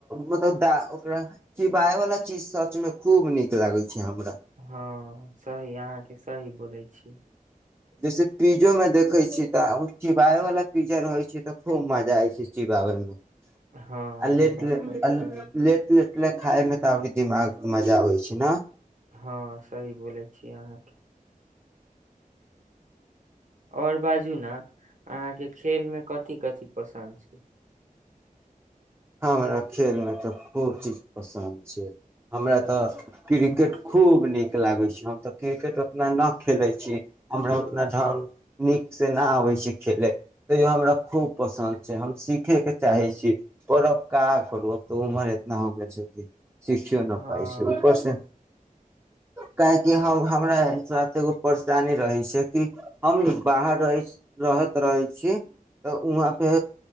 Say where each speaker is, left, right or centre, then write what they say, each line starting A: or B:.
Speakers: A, on the right; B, on the right.
A: मतलब द ओकरा चिबाय वाला चीज सच में खूब निक लागे छै हमरा
B: हँ सही अहाँ के सही बोलै छी
A: जैसे पिजो में देखै छियै त चिबाबे वालला पिजा रहै छ त खूब मजा आइ छै चिबाबै मे
B: हँ
A: आ लेट
B: ई बात
A: ले
B: तऽ सही
A: आल लेट ले ले खायमे त अबे दिमाग मजा आबै छै न
B: हँ सही बोलै छी अहाँके ओर बाजू ने अहाँ के खेल में कथि कथि पसन्द छै
A: हमरा खेलमे तऽ खूब चीज पसन्द छै हमरा तऽ क्रिकेट खूब नीक लागै छै हम तऽ क्रिकेट उतना नहि खेलै छी हमरा उतना ढङ्ग नीकसँ नहि आबै छै खेलय तैयो हमरा खूब पसन्द छै हम सीखयके चाहै छी पब काह करूब तऽ उमर एतना हो गेल छै कि सिखियो नहि
B: हँ
A: पाइ छै उपर से काहेकि हम हमरा साथ एगो परेशानी रहै छै कि हम बाहर रह रहैत रहै छी तऽ वहाँ पे